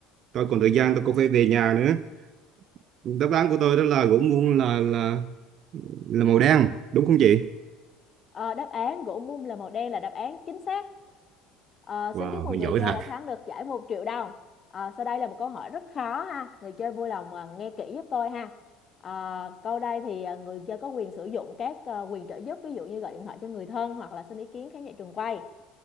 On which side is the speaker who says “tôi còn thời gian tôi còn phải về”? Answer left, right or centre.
Right